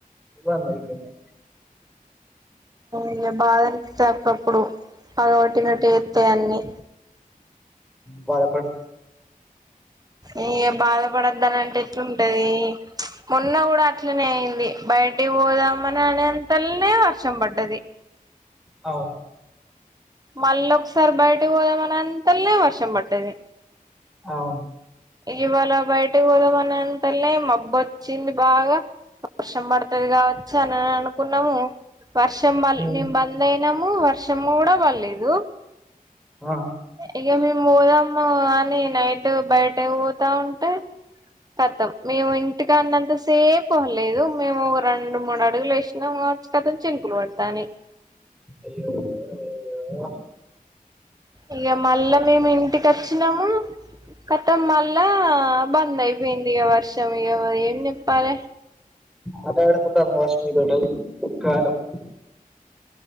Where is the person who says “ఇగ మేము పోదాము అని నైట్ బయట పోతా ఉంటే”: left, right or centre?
Right